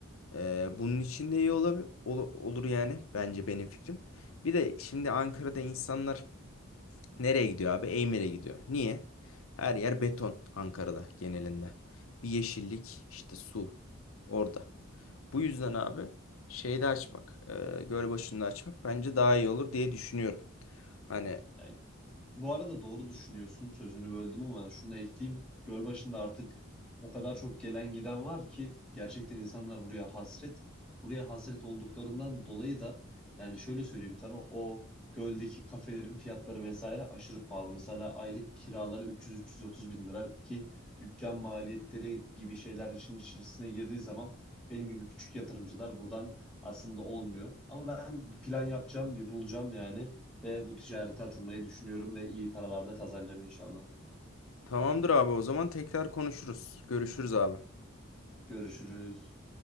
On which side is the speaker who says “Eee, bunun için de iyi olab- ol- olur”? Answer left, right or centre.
Left